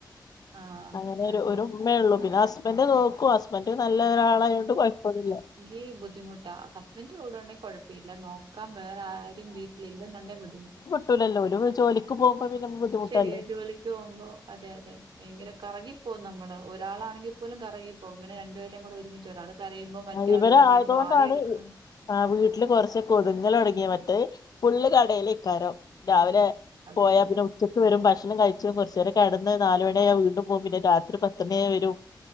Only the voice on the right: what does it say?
ആഹ്
അല്ല
ഈ ബുദ്ധിമുട്ടാ ആഹ് ഹസ്ബന്ഡ് കൂടെയുണ്ടെങ്കി കൊഴപ്പഇല്ല നോ ക്കാം വേറെ ആരും വീട്ടിലില്ലെന്നുണ്ടേ ബുദ്ധിമുട്ട്
ശരിയാ ജോലിക്ക് പോവുമ്പോ അതെ അതെ ഭയങ്കര കറങ്ങി പോവും നമ്മള് ഒരാളാണെങ്കിൽ പോലും കറകിപ്പോവും പിന്നെ രണ്ടുപേരെ കൂടെ ഒരുമിച്ച് ഒരാള് കരയുമ്പോ മറ്റേ
ആള് കരയുന്നു ആരെ എടുക്കണം
അതെല്ലേ